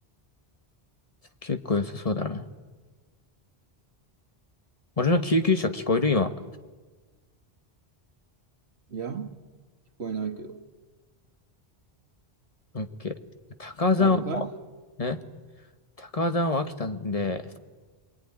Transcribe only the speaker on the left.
結構良さそうだな。俺の救急車聞こえる今。
オッケー。高尾山を、
ね、高尾山は飽きたんで、